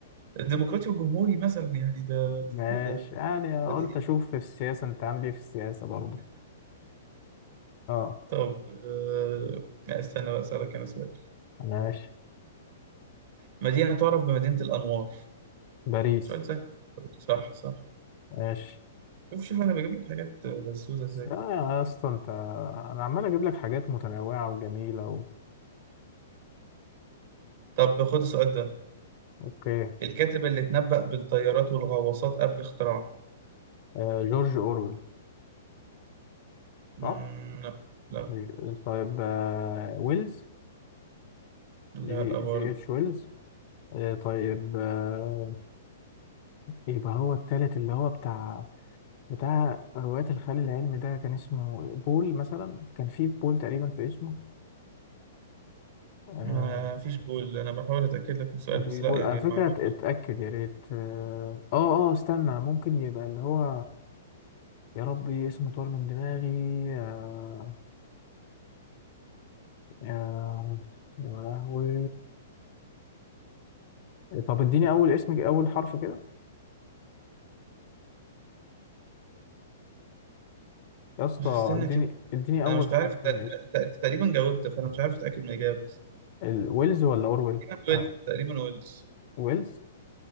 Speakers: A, on the right (about 55°); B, on the left (about 45°).
A: الديمقراطي والجمهوري مثلا يعني ده
B: ماشي
A: دي ده ده
B: يعني قلت
A: بديهي.
B: أشوف في السياسة أنت عامل ايه في السياسة برضه اه
A: طب أه... لا، استنى بقى أسألك أنا سؤال
B: ماشي
A: مدينة تعرف بمدينة الأنوار
B: باريس
A: سؤال سهل على فكرة برضه. صح صح
B: ماشي
A: شوف شوف أنا بجيب لك حاجات لذوذة إزاي
B: بس لا يا اسطى انت انا عمال اجيب لك حاجات متنوعه وجميله و...
A: طب خد السؤال ده
B: اوكي
A: الكاتب اللي اتنبأ بالطيارات والغواصات قبل اختراعها
B: آه جورج اورويل
A: مم،
B: صح
A: لا لا
B: ج- طيب آه ويلز
A: لا
B: جي
A: برضه
B: جي اتش ويلز آه طيب آه يبقى هو التالت اللي هو بتاع بتاع رواية الخيال العلمي ده كان اسمه بول مثلا كان في بول تقريبا في اسمه آه
A: ما فيش بول أنا بحاول أتأكد لك من السؤال
B: ما فيش
A: بس لا
B: بول
A: يعني
B: على
A: المعلومة
B: فكرة ات- اتأكد يا ريت اه اه آه، استنى ممكن يبقى اللي هو يا ربي اسمه طار من دماغي آه يا يا لهوي طب اديني اول اسم اول حرف كده يا اسطى
A: بس استنى
B: اديني
A: كده
B: اديني اول
A: أنا مش
B: حرف
A: عارف تق-
B: من اسم
A: تق- تقريبا جاوبت فأنا مش عارف أتأكد من الإجابة بس
B: ال- ويلز ولا اورويل
A: تقريبا
B: آه.
A: ويلز تقريبا ويلز
B: ويلز